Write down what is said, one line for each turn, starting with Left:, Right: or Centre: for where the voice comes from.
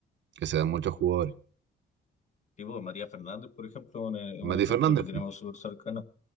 Right: que se dan muchos jugadores.
Left: Sí, pues, María Fernández, por ejemplo, un, e- un
Right: Mati
Left: ejemplo
Right: Fernández,
Left: que tenemos
Right: pu,
Left: súper cercano,